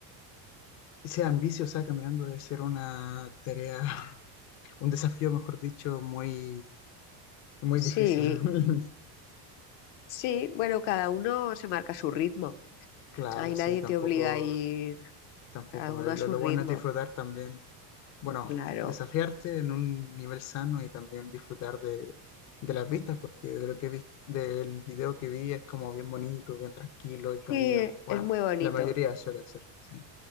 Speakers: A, on the left; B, on the left.
A: Ese ambicio, o sea, caminando debe ser una tarea, <laughs> un desafío, mejor dicho, muy, muy
B: Sí,
A: difícil. <laughs>
B: sí, bueno, cada uno se marca su ritmo.
A: Claro,
B: Ahí nadie
A: sí, tampoco,
B: te obliga a ir
A: tampoco.
B: cada uno
A: eh,
B: a
A: Lo,
B: su
A: lo
B: ritmo,
A: bueno es disfrutar también, bueno,
B: claro.
A: desafiarte en un nivel sano y también disfrutar de, de las vistas, porque de lo que vi, del video que vi es como bien bonito, bien tranquilo el camino.
B: Sí,
A: Bueno,
B: es muy bonito.
A: la mayoría suele ser, sí.